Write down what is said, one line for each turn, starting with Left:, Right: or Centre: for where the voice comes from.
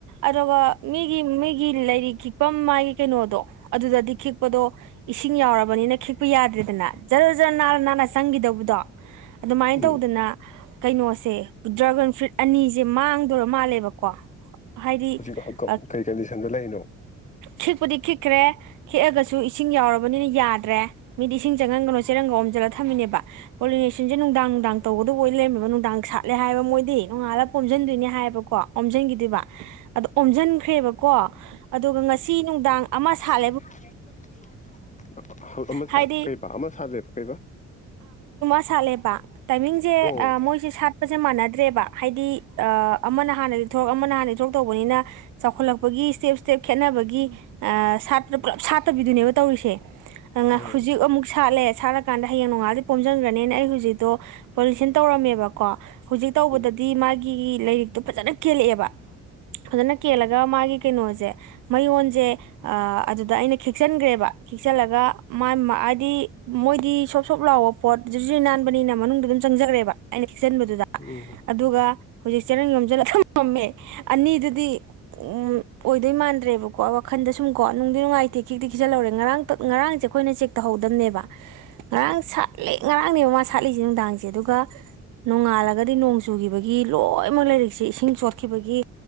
Right: ꯑꯗꯨꯒ ꯃꯤꯒꯤ ꯃꯤꯒꯤ ꯂꯩꯥꯏꯔꯤꯛ ꯈꯤꯛꯐꯝ ꯃꯥꯒꯤ ꯀꯩꯅꯣꯗꯣ ꯑꯗꯨꯗꯗꯤ ꯏꯁꯤꯡ ꯌꯥꯎꯔꯕꯅꯤꯅ ꯈꯤꯛꯄ ꯌꯥꯗ꯭ꯔꯦꯗꯅ ꯆꯠ ꯖꯔ ꯖꯔ ꯅꯥꯟꯅ ꯅꯥꯟꯅ ꯆꯪꯈꯤꯗꯧꯕꯗꯣ ꯑꯗꯨꯃꯥꯏꯅ
Left: ꯎꯝ
Right: ꯇꯧꯗꯅ ꯀꯩꯅꯣꯁꯦ ꯗ꯭ꯔꯥꯒꯟ ꯐ꯭ꯔꯨꯏꯠ ꯑꯅꯤꯁꯦ ꯃꯥꯡꯗꯣꯔ ꯃꯥꯜꯂꯦꯕꯀꯣ ꯍꯥꯏꯗꯤ
Left: ꯍꯧꯖꯤꯛ
Right: ꯑ
Left: ꯀꯩ ꯀꯟꯗꯤꯁꯟꯗ ꯂꯩꯔꯤꯅꯣ
Right: ꯈꯤꯛꯄꯨꯗꯤ ꯈꯤꯛꯈ꯭ꯔꯦ ꯑꯗꯨ ꯏꯁꯤꯡ ꯌꯥꯎꯔꯕꯅꯤꯅ ꯌꯥꯗ꯭ꯔꯦ ꯃꯤꯗꯤ ꯏꯁꯤꯡ ꯆꯪꯍꯟꯒꯅꯨ ꯆꯦꯔꯪꯒ ꯑꯣꯝꯖꯜꯂꯒ ꯊꯝꯃꯤꯅꯦꯕ ꯄꯣꯂꯤꯅꯦꯁꯟꯁꯦ ꯅꯨꯡꯗꯥꯡ ꯅꯨꯡꯗꯥꯡ ꯇꯧꯒꯗꯧꯕ ꯑꯣꯏ ꯂꯩꯔꯝꯃꯦꯕ ꯅꯨꯡꯗꯥꯡ ꯁꯥꯠꯂꯦ ꯍꯥꯏꯕ ꯃꯣꯏꯗꯤ ꯅꯣꯡꯉꯥꯜꯂꯒ ꯑꯣꯝꯁꯤꯟꯗꯣꯏꯅꯦ ꯍꯥꯏꯌꯦꯕꯀꯣ ꯄ‌ꯣꯝꯁꯤꯟꯈꯤꯗꯣꯏꯕ ꯑꯗꯣ ꯑꯣꯝꯁꯤꯟꯈ꯭ꯔꯦꯕꯀꯣ ꯑꯗꯨꯒ ꯉꯁꯤ ꯅꯨꯡꯗꯥꯡ ꯑꯃ ꯁꯥꯠ
Left: <unintelligible> ꯍꯧꯖꯤꯛ ꯑꯃ
Right: ꯍꯥꯏꯗꯤ
Left: ꯁꯥꯠ ꯀꯩꯕꯥ ꯑꯃ ꯁꯥꯠꯂꯦꯕ ꯀꯩꯕꯥ
Right: ꯁꯥꯠꯂꯦꯕꯥ ꯇꯥꯏꯃꯤꯡꯁꯦ
Left: ꯑꯣ
Right: ꯑ ꯃꯣꯏꯁꯦ ꯁꯥꯠꯄꯁꯦ ꯃꯥꯟꯅ ꯗꯦꯕ ꯍꯥꯏꯗꯤ ꯑꯃꯅ ꯍꯥꯟꯅ ꯂꯤꯊꯣꯔꯛ ꯑꯃꯅ ꯍꯥꯟꯅ ꯂꯤꯊꯣꯔꯛ ꯇꯧꯕꯅꯤꯅ ꯆꯥꯎꯈꯠꯂꯛꯄꯒꯤ ꯁ꯭ꯇꯦꯞ ꯁ꯭ꯇꯦꯞ ꯈꯦꯠꯅꯕꯒꯤ ꯁꯥꯇ꯭ꯔ ꯄꯨꯂꯞ ꯁꯥꯠꯇꯕꯤꯗꯨꯅꯦꯕ ꯇꯧꯔꯤꯁꯦ ꯑ
Left: ꯑꯣ
Right: ꯍꯧꯖꯤꯛ ꯑꯃꯨꯛ ꯁꯥꯠꯂꯦ ꯁꯥꯠꯂꯀꯥꯟꯗ ꯍꯌꯦꯡ ꯅꯣꯡꯉꯥꯜꯗꯤ ꯄꯣꯝꯁꯤꯟꯈ꯭ꯔꯅꯤꯅ ꯑꯩ ꯍꯧꯖꯤꯛꯇꯣ ꯄꯣꯂꯤꯁꯟ ꯇꯧꯔꯝꯃꯦꯕꯀꯣ ꯍꯧꯖꯤꯛ ꯇꯧꯕꯗꯗꯤ
Left: ꯎꯝ
Right: ꯃꯥꯒꯤ ꯂꯥꯏꯔꯤꯛꯇꯣ ꯐꯖꯅ ꯀꯦꯜꯂꯛꯑꯦꯕ ꯐꯖꯅ ꯀꯦꯜꯂꯒ ꯃꯥꯒꯤ ꯀꯩꯅꯣꯁꯦ ꯃꯌꯣꯟꯁꯦ ꯑꯗꯨꯗ ꯑꯩꯅ ꯈꯤꯛꯆꯟꯈ꯭ꯔꯦꯕ ꯈꯤꯛꯆꯜꯂꯒ ꯃꯥ ꯍꯥꯏꯗꯤ ꯃꯣꯏꯗꯤ ꯁꯣꯞ ꯁꯣꯞ ꯂꯥꯎꯕ ꯄꯣꯠꯁꯨꯖꯤ ꯏ ꯅꯥꯟꯕꯅꯤꯅ ꯃꯅꯨꯡꯗ ꯑꯗꯨꯝ ꯆꯪꯖꯈ꯭ꯔꯦꯕ ꯑꯩꯅ ꯊꯤꯆꯟꯕꯗꯨꯗ
Left: ꯎꯝ
Right: ꯑꯗꯨꯒ ꯍꯧꯖꯤꯛ ꯆꯦꯔꯪ ꯉꯝꯃꯦ ꯑꯅꯤꯗꯨꯗꯤ ꯎ ꯑꯣꯏꯗꯣꯏ ꯃꯥꯟꯗ꯭ꯔꯦꯕꯀꯣ ꯋꯥꯈꯟꯗ ꯁꯨꯝ ꯀꯣ ꯅꯨꯡꯗꯤ ꯅꯨꯡꯉꯥꯏꯇꯦ ꯈꯤꯛꯇꯤ ꯈꯤꯆꯠꯍꯧꯔꯦ ꯉꯔꯥꯡ ꯉꯔꯥꯡꯁꯦ ꯑꯩꯈꯣꯏꯅ ꯆꯦꯛ ꯇꯧꯍꯧꯗꯗꯝꯅꯦꯕ ꯉꯔꯥꯡ ꯁꯥꯠꯂꯦ ꯉꯔꯥꯡꯅꯦꯕ ꯃꯥ ꯊꯠꯂꯤꯁꯦ ꯅꯨꯡꯗꯥꯡꯁꯦ ꯑꯗꯨꯒ ꯅꯣꯡꯉꯥꯜꯂꯒꯗꯤ ꯅꯣꯡ ꯆꯨꯈꯤꯕꯒꯤ ꯂꯣꯏꯅꯃꯛ ꯂꯥꯏꯔꯤꯛꯁꯦ ꯏꯁꯤꯡ ꯆꯣꯠꯈꯤꯕꯒꯤ